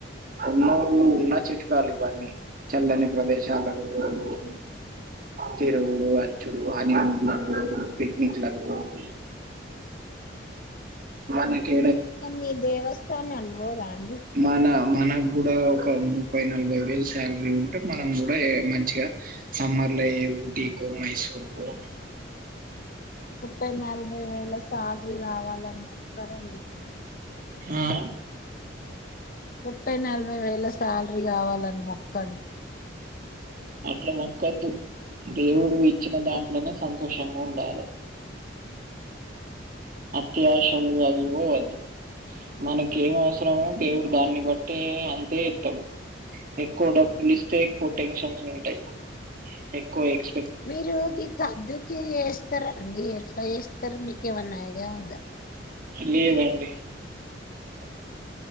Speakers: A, on the right; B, on the left.
A: ఉన్న ఊరిలో ఉన్న చిట్కాలు ఇవన్నీ చల్లని ప్రదేశాలకు పోవడం తిరుగుడు ఆ ఇప్పుడు హాని మూన్ కు పోవుడు పిక్నిక్ లకు పోవుడు మనకి
B: ఏదైన తమ్మి దేవస్థాననికి పోరా అండి
A: మనా మనకు గూడా ఒక ముప్పై నలభై వేలు శాలరీ ఉంటే. మనం గుడా ఏ మంచిగా సమ్మర్ ఏ ఊటీకో మైసూర్కో
B: ముప్పై నలభై వేల సాలరి రీ కావాలని మొక్కారండి.
A: ఆ
B: ముప్పై నలభై వేల శాలరీ కావాలని మొక్కండి.
A: అట్లా మొక్కొద్దు దేవుడు ఇచ్చిన దాంట్లోనే సంతోషంగా ఉండాలి అత్యాశాలు అవి పోవద్దు మనకేం అవసరమో దేవుడు దాన్ని బట్టే అంతే ఇత్తాడు ఎక్కువ డబ్బులు ఇస్తే ఎక్కువ టెన్షన్ ఉంటాయి ఎక్కువ ఎక్స్
B: మీరు ఈ కందుకి ఏస్తార అండి ఎట్లా చేస్తారు మీక్ ఎవన్న ఐడియా ఉందా
A: లేదండి <inaudible>